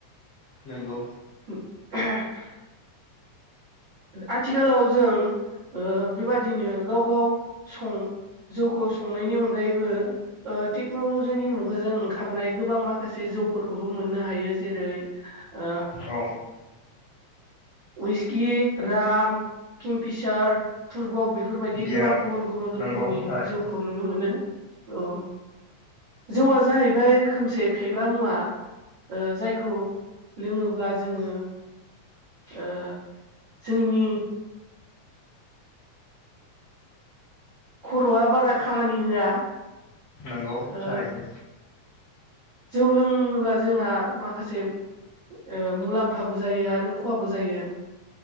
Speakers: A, on the left; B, on the right.
A: नोंगौ।
B: <unintelligible> आथिखालाव जों ओ‌ बेबादिनो गाव-गाव सं जौखौ संनायनि अनगायैबो ओ टेक्नलजिनि मुगाजों ओंखारनाय गोबां माखासे जौफोरखौबो मोननो हायो जेरै ओ
A: औ
B: उइस गि राम किंफिसार पुर्बक बेफोरबायदि
A: बियार
B: गोबां गुबुन-गुबुन रोखोमनि
A: नंगौ थारैनो
B: जौखौ नुनो मोनो औ। जौआ जाहैबाय रोखोमसे फेग्रा मुवा। ओ जायखौ लोङोब्ला जोङो ओ जोंनि खर'आ बारा खामानि होआ।
A: नंगौ
B: ओ
A: थारैनो।
B: जौ लोंङोब्ला जोंहा माखासे ओ मुलाम्फाबो जायो आरो खहाबो जायो।